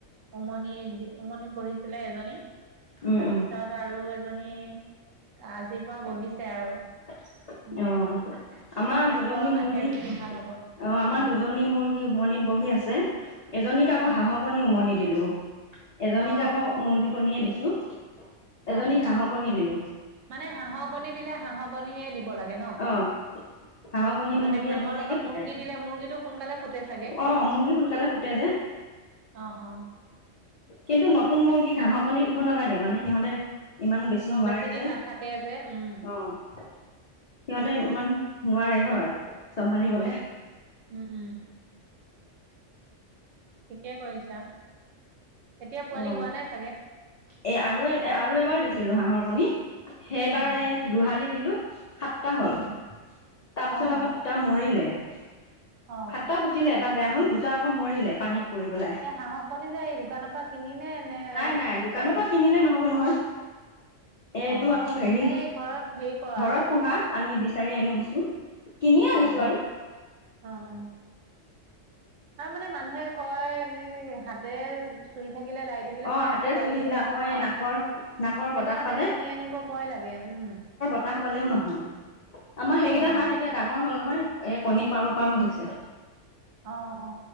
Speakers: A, on the right (about 80°); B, on the left (about 45°).
A: উমনিত উমনিত বহিছিলে এজনী
B: উম
A: তাৰপিছত
B: উম
A: আৰু জনী আজিৰ পৰা বহিছে আৰু
B: অ'
A: নে
B: আমাৰ
A: তাৰ
B: দুজনী
A: পৰাও
B: মুৰ্গী
A: আহে যদি
B: অ
A: ভাল হ'ব
B: আমাৰ
A: উম
B: দুজনী মুৰ্গী উমনিত বহি আছে। এজনীক আকৌ
A: অ
B: হাঁহৰ কণী উমনি দিলো। এজনীক
A: অ
B: আকৌ মুৰ্গী কণীয়ে দিছো। এজনীক
A: অ
B: হাঁহৰ কণী দিলো।
A: মানে হাঁহৰ কণী দিলে হাঁহৰ কণীয়ে দিব লাগে ন।
B: অ হাঁহৰ কণী মুৰ্গীয়ে
A: মানে হাঁহৰ
B: ধুনীয়াকে
A: লগত
B: ফুটাই
A: মুৰ্গী দিলে মুৰ্গীটো সোনকালে ফুটে চাগে।
B: অ মুৰ্গী সোনকালে ফুটে যে
A: অ 'অ'
B: কিন্তু নতুন মুৰ্গীক হা'হৰ কণী দিব নালাগে। মানে সিহঁতে ইমান বেছি
A: অ
B: নোৱাৰে
A: দিন
B: যে
A: নাথাকে যে উম
B: অঁ। সিহঁতে ইমান নোৱাৰে হয়। চম্ভালিবলে
A: উম, উম, উম। ঠিকে কৰিছা। এতিয়া পোৱালি
B: অ'
A: হোৱা নাই চাগে
B: এ আৰু এ আৰু এবাৰ দিছিলো হাঁহৰ কণী সেইবাৰ
A: অ',
B: এ দোহালি দিলো সাতটা হল
A: উম,
B: তাৰপিছত
A: অ',
B: আকৌ দুটা মৰিলে। সাতটা
A: অ',
B: ফুতিলে এটা বেয়া হল দুটা আকৌ মৰিলে পানীত পৰি পেলাই।
A: হাঁহৰ কণী যে এই দোকানৰ পৰা কিনিহে আনে আৰু
B: নাই নাই দোকানৰ
A: ঘৰত
B: পৰা কিনিলে নহ'ব নহয় এইটো
A: অ',
B: আকৌ হেৰি
A: মানে এই ঘৰত হেৰি কৰা
B: ঘৰত
A: আৰু
B: পোহা আনি বিচাৰি আনি
A: অ',
B: দিছো কিনিয়ে আনিছো
A: অ অ
B: আৰু
A: অ অ আৰু মানে মানুহে কয় এনেই হাতে চুহি থাকিলে লাইট থাকিলে
B: অ
A: মানে
B: হাতেৰে
A: পোৱালিটো
B: চুই থাকিলে আকৌ
A: নহয়
B: এই নাকৰ
A: সেইটো
B: নাকৰ বতাহ
A: কাৰণে
B: পালে
A: কিনি আনিব ভয় লাগে উম
B: কতাহ পালেও নহয় আমাৰ সেইকেইটা
A: অ',
B: হাঁহ এতিয়া ডাঙৰ হল নহয় এ কণী পাৰো পাৰো হৈছে
A: অ অ